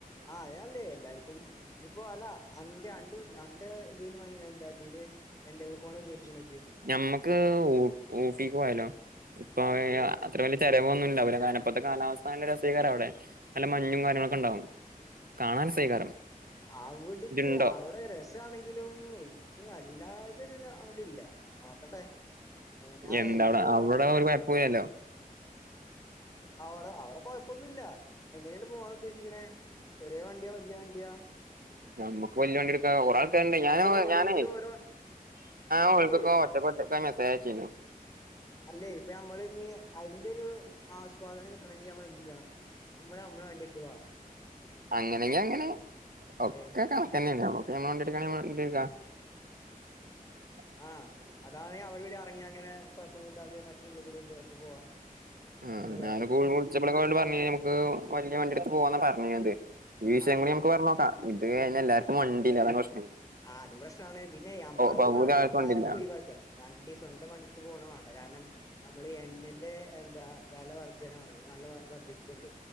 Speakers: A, on the left; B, on the right.
A: ആ അതല്ലേ എല്ലാവർക്കും ഇപ്പോ അല്ല അന്റെ എന്റെ ഇതിൽ <inaudible> ഇതിൽ എന്തേക്കു പോവാന ഉദ്ദേശിക്കുന്നേ
B: നമ്മക്ക് ഊട്ടിക്ക് പോയാലോ ഇപ്പൊ
A: ഓ
B: അത്ര വലിയ ചെലവ് ഒന്നും ഇല്ല തണ്ണുപ്പത്തെ കാലാവസ്ഥ നല്ല രസീകര അവിടെ മഞ്ഞും കാര്യങ്ങളൊക്കെണ്ടാവും കാണാൻ <inaudible>
A: അവിടുക്ക്
B: ഇജ്ജ്ണ്ടോ
A: അവിടെ രസമാണെങ്കിലും ഏറ്റും അല്ല <inaudible> അത് ഇല്ല നോക്കട്ടെ ഞാൻ
B: എന്താ
A: ഇപ്പൊ
B: അവിടെ അവിടെ ഒരു കുഴപ്പൂല്ലല്ലോ
A: അവിടെ അവിടെ കുഴപ്പൊന്നും ഇല്ല എങ്ങനെയാണ് പോവാൻ ഉദ്ദേശിക്കണേ ചെറിയ വണ്ടിയാ വലിയ വണ്ടിയാ
B: നമ്മുക്ക് വലിയ വണ്ടി എടുക്കാ ഒരാ ഞാൻ
A: അതോ ഓരോരുത്തരും
B: ഞാനെ
A: ഓരോ നമ്മുക്കേ
B: അവർക്കൊക്കെ <inaudible> മെസ്സേജ് അയച്ചേർന്നു
A: അല്ലെ പ്പഇപ്പോ നമ്മൾ ഇനി <inaudible> എന്റെ ഒരു ആസ്വാദനം കിട്ടണെങ്കിൽ നമ്മൾ എന്ത് ചെയ്യണം നമ്മൾ നമ്മളുടെ വണ്ടി എടുത്തിട്ട് പോണം
B: അങ്ങനെങ്കിൽ അങ്ങനെ ഒക്കെ
A: ഏഹ്
B: കണക്ക് തന്നെയാണ് <inaudible>
A: ആ അതാണ് അവടെ ഇവിടെ ഇറങ്ങി അങ്ങനെ കുഴപ്പൊന്നില്ലാതെ മറ്റു ഉള്ളിൽകൂടെ ഒക്കെ പോവാ
B: ഉം
A: അതിനൊന്നും കൊഴപ്പല്ല
B: ഞാൻ വിളിച്ചപ്പോൾ പറഞ്ഞ കഴിഞ്ഞാൽ നമുക്ക് വലിയ വണ്ടി എടുത്തിട്ട് പോവാ പറഞ്ഞ അത് ഈ വിഷയം
A: ആഹ്
B: കൂടി
A: ആഹ്
B: നമുക്ക് പറഞ്ഞ് നോക്ക ഇത് എല്ലാവർക്കും വണ്ടില്ല അതാ പ്രശ്‌നം
A: ആ അതും പ്രശ്നമാണ് പിന്നെ അത്
B: പകുതി
A: വേണ്ട
B: ആൾക്കും
A: ഈ
B: വണ്ടിയില്ല
A: കാര്യം നമ്മുക്ക് ഒഴിവാക്ക വണ്ടി സ്വന്തം വണ്ടി എടുത്ത് പോകണ വേണ്ട കാരണം നമ്മൾ എണ്ണന്റെ എന്താ വില വർധനമാണ് നല്ല വർധിച്ചിട്ടുണ്ട്